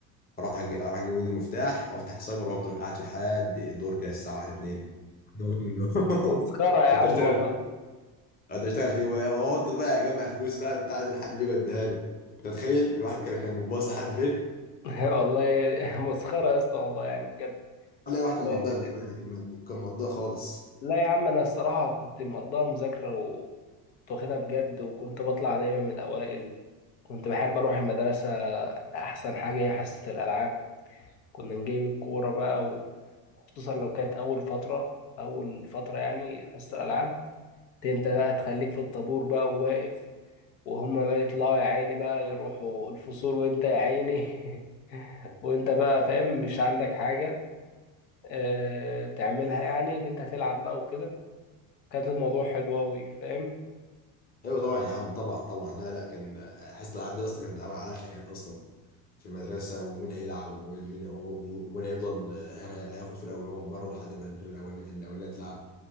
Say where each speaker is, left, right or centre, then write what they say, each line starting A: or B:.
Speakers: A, on the left; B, on the left.
A: اروح أجي اروح اجيب منه المفتاح افتح سايبر وافضل قاعد فيه لحد الدور كده الساعه 1 2 ده واجب اليوم.
B: مسخرة
A: <laughs>
B: يا
A: كنت
B: عم
A: اشتغل
B: والله
A: فيه كنت اشتغل فيه وافضل بقى اجمع فلوس بقى بتاع ده لحد بيجي يديها له انت متخيل الواحد كان كان بيباظ لحد فين؟
B: <laughs> والله مسخرة يا اسطى والله يعني بجد
A: لا الواحد كان مضيع
B: آه،
A: بأمانة، كان مض- كان مضيع خالص
B: لا يا عم أنا الصراحة كنت مقضاها مذاكرة وكنت واخدها بجد وكنت بطلع دايما من الأوائل كنت بحب أروح المدرسة أحسن حاجة هي حصة الألعاب كنا نجيب الكورة بقى وخصوصا لو كانت أول فترة أول فترة يعني حصة الألعاب دي، أنت بقى تخليك في الطابور بقى وواقف وهما بقى يطلعوا يا عيني بقى يروحوا الفصول وأنت يا عيني <laughs> وأنت بقى فاهم مش عندك حاجة آه، تعملها يعني ان انت هتلعب بقى وكده كانت الموضوع حلو قوي فاهم
A: ايوه طبعا يا عم طبعا طبعا لا لا كان حاسس الالعاب دي اصلا كان بيتعمل عليها خناقات اصلا في المدرسه ومين هيلعب ومين ومين هيفضل هياخد فرقه ويقعد بره لحد ما الفرقه الأولاني- الاولانيه تلعب